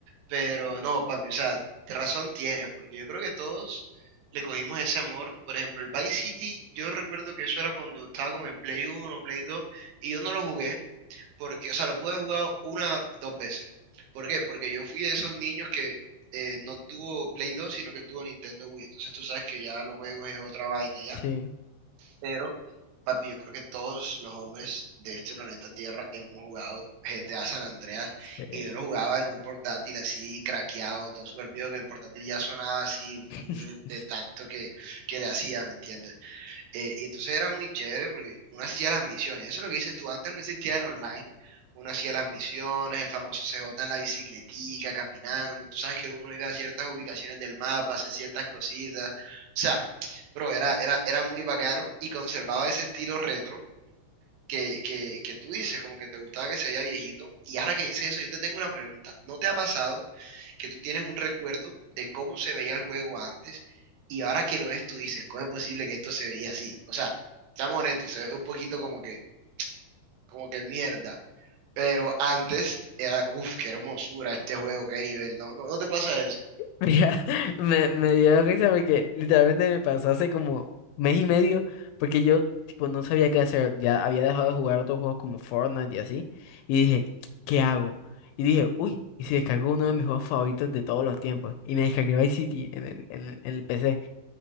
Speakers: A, on the right; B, on the left.
A: Pero no, papi, o sea, te razón tienes, porque yo creo que todos le cogimos ese amor. Por ejemplo, el Vice City, yo recuerdo que eso era cuando estaba como en Play Uno Play Dos y yo no lo jugué, porque, o sea, lo pude jugar una, dos veces. ¿Por qué? Porque yo fui de esos niños que eh, no tuvo Play Dos sino que tuvo Nintendo Wii. Entonces tú sabes que ya los juegos es otra vaina,
B: Sí,
A: pero papi, yo creo que todos los hombres de este planeta Tierra hemos jugado G T a San Andreas
B: sí.
A: y yo lo jugaba en un portátil así craqueado, todo súper vivo, que el portátil ya sonaba así
B: <laughs>
A: mm, de tanto que, que le hacía, ¿me entiendes? Eh, y entonces era muy chévere porque uno hacía las misiones. Eso es lo que dices tú. Antes no existía el online. Uno hacía las misiones, el famoso CJ en la bicicletica, caminando. Tú sabes que uno iba a ciertas ubicaciones del mapa, hacía ciertas cositas. O sea, bro, era, era, era muy bacano y conservaba ese estilo retro que, que, que tú dices, como que te gustaba que se veía viejito. Y ahora que dices eso, yo te tengo una pregunta. ¿No te ha pasado que tú tienes un recuerdo de cómo se veía el juego antes y ahora que lo ves tú dices, ¿cómo es posible que esto se veía así? O sea, estamos honestos, se ve un poquito como que, como que mierda, pero antes era, uff, qué hermosura este juego, qué nivel, ¿no? ¿No, no te pasa eso?
B: Mira, <laughs> me, me dio risa porque literalmente me pasó hace como mes y medio porque yo tipo no sabía qué hacer, ya había dejado de jugar otros juegos como Fortnite y así y dije, ¿qué hago? Y dije, uy, y si descargo uno de mis juegos favoritos de todos los tiempos y me descargué Vice City en el, en el, en el PC.